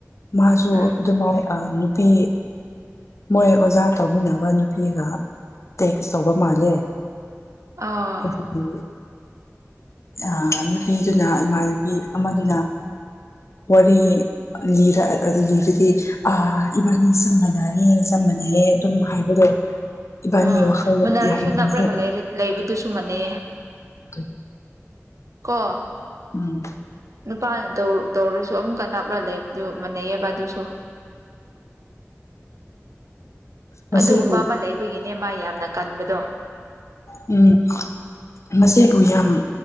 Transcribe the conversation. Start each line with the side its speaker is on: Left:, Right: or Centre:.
Left: ꯃꯥꯁꯨ
Right: ꯎꯝ
Left: ꯑꯗꯨꯃꯥꯏꯅ ꯅꯨꯄꯤ ꯃꯣꯏ ꯑꯣꯖꯥ ꯇꯧꯃꯤꯟꯅꯕ ꯅꯨꯄꯤꯒ ꯇꯦꯛꯁ ꯇꯧꯕ ꯃꯥꯜꯂꯦ
Right: ꯑꯥ
Left: ꯑꯗꯨꯒꯤ ꯑꯥ ꯅꯨꯄꯤꯗꯨꯅ ꯏꯃꯥꯟꯅꯕꯤ ꯑꯃꯗꯨꯅ ꯋꯥꯔꯤ ꯂꯤꯔ ꯂꯤꯗꯨꯗꯤ ꯑ ꯏꯕꯥꯅꯦꯁꯨ ꯃꯥꯅꯅꯥ ꯌꯦ ꯆꯞꯃꯅꯩꯌꯦ ꯑꯗꯨꯝ ꯍꯥꯏꯕꯗꯣ ꯏꯕꯥꯅꯤ
Right: ꯎꯥ
Left: ꯋꯥꯈꯜ
Right: ꯃꯨꯟꯅꯔꯁꯨ
Left: ꯌꯥꯝ
Right: ꯅꯞꯂꯒ
Left: ꯃꯥꯟꯅꯩ
Right: ꯂꯩꯕꯗꯨꯁꯨ ꯃꯅꯤꯌꯦ
Left: ꯎ <unintelligible>
Right: ꯀꯣ
Left: ꯎꯝ
Right: ꯅꯨꯄꯥꯅ ꯇꯧꯔꯨ ꯇꯧꯔꯁꯨ ꯑꯃꯨꯛꯀ ꯅꯞꯂ ꯂꯩꯕꯗꯨ ꯃꯥꯟꯅꯩꯌꯦꯕ ꯑꯗꯨꯏꯁꯨ
Left: ꯃꯁꯤꯕꯨ
Right: ꯑꯗꯨꯒꯨꯝꯕ ꯑꯃ ꯂꯩꯕꯒꯤꯅꯦ ꯃꯥ ꯌꯥꯝꯅ ꯀꯟꯕꯗꯣ
Left: ꯎꯝ ꯃꯁꯤꯕꯨ ꯌꯥꯝ